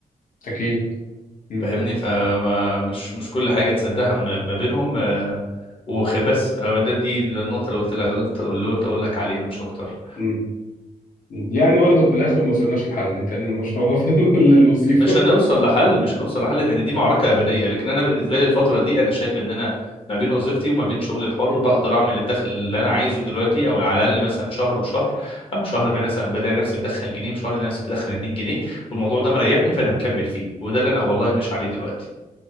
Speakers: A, on the left; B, on the left.
A: أكيد مم.
B: فاهمني فمش مش مش كل حاجه تصدقها ما ما بينهم آه، وخ بس آه، ده دي النقطه اللي قلت لك قلت اللي قلت اقول لك عليها مش اكتر
A: مم. مم. يعني برضه في الآخر ما وصلناش لحل إن كان المشروع أفضل <laughs> ولا الوظيفة
B: مش هنوصل لحل مش هنوصل لحل ان
A: مم.
B: دي معركه ابديه لكن انا بالنسبه لي الفتره دي انا شايف ان انا ما بين وظيفتي وما بين شغلي الحر بقدر اعمل الدخل اللي انا عايزه دلوقتي او على الاقل مثلا شهر وشهر او شهر
A: مم.
B: ما مثلا بدأ نفسي مدخل جنيه وشهر نفسي مدخل 2 جنيه والموضوع ده مريحني
A: مم.
B: فانا مكمل فيه وده اللي انا والله ماشي عليه دلوقتي